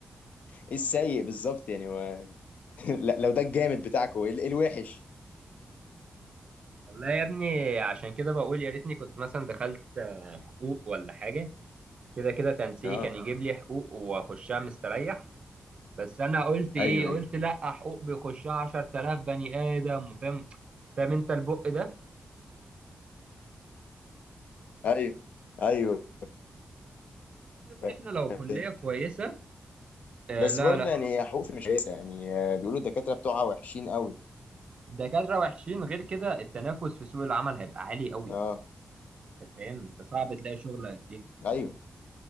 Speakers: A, on the left; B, on the right.
A: ايه السيء بالظبط يعني لا لو ده الجامد بتاعكم ال- الوحش
B: والله يا ابني عشان كده بقول يا ريتني كنت مثلا دخلت حقوق ولا حاجة كده كده تنسيقي
A: اه
B: كان يجيب لي حقوق واخشها مستريح بس انا قلت ايه
A: ايوه
B: قلت
A: ايوه
B: لا حقوق بيخشها 10000 بني ادم وفاهم فاهم انت البق ده
A: ايوه ايوه
B: يا ابني
A: أيوة.
B: احنا لو كلية كويسة آه
A: بس
B: لا
A: برضه
B: لا
A: يعني حقوق مش كويسه يعني آه، بيقولوا الدكاتره بتوعها وحشين قوي
B: الدكاترة وحشين غير كده التنافس في سوق العمل هيبقى عالي قوي
A: اه
B: انت فاهم انت صعب تلاقي شغل فيها
A: ايوه